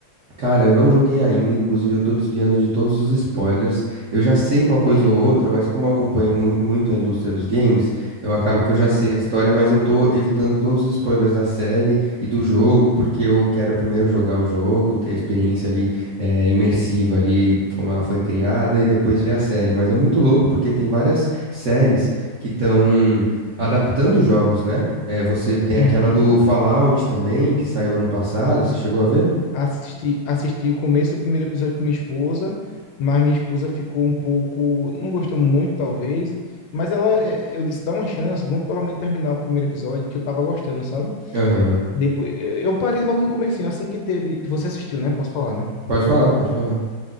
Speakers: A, on the right; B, on the left.
A: Cara, eu não joguei ainda, inclusive eu tô desviando de todos os spoilers. Eu já sei uma coisa
B: Uhum,
A: ou outra, mas como eu acompanho mu- muito a indústria dos games, eu acabo que eu
B: sim.
A: já sei a história, mas eu tô evitando todos os spoilers da série e do jogo, porque eu quero primeiro jogar o jogo, ter a experiência ali eh, imersiva ali, como ela foi criada, e depois ver a série. Mas é muito louco porque tem várias séries que estão adaptando jogos, né? Eh, você tem
B: Uhum.
A: aquela do Fallout também, que saiu ano passado, você chegou a ver?
B: assisti, assisti o começo do primeiro episódio com minha esposa, mas minha esposa ficou um pouco, não gostou muito, talvez, mas ela, eh, eu disse, dá uma chance, vamos pelo menos terminar o primeiro episódio, que eu tava gostando, sabe?
A: Aham.
B: Depois, eh, eu parei logo no comecinho, assim que teve, você assistiu, né? Posso falar, né?
A: Pode falar, pode falar.